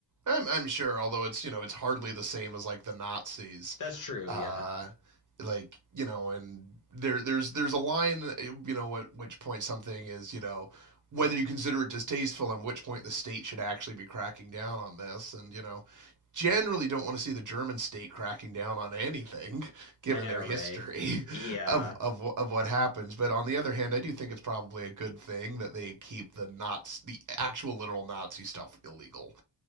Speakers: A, on the right; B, on the left.
A: I'm, I'm sure, although it's you know it's hardly the same as like the Nazis,
B: That's true.
A: uh,
B: Yeah,
A: like you know, and there there's there's a line you know at which point something is you know whether you consider it distasteful, and which point the state should actually be cracking down on this, and you know generally don't want to see the German state cracking down on anything, <laughs> given
B: I know,
A: their history
B: right? Yeah,
A: <laughs> of, of of what happens. But on the other hand, I do think it's probably a good thing that they keep the Nazi, the actual literal Nazi stuff illegal.